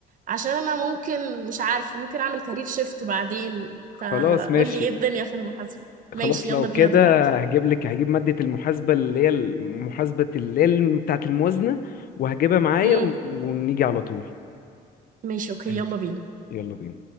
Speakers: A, on the right; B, on the left.
A: عشان انا ممكن مش عارف ممكن اعمل كارير شيفت بعدين فقول
B: خلاص ماشي
A: لي ايه الدنيا في المحاسبة ماشي
B: خلاص
A: يلا
B: لو كده
A: بينا دلوقتي
B: هجيب لك هجيب مادة المحاسبة اللي هي محاسبة اللي هي الم- بتاعة الموازنة وهجيبها معايا
A: امم
B: ون- ونيجي على طول
A: ماشي اوكي
B: ماشي.
A: يلا بينا
B: يلا بينا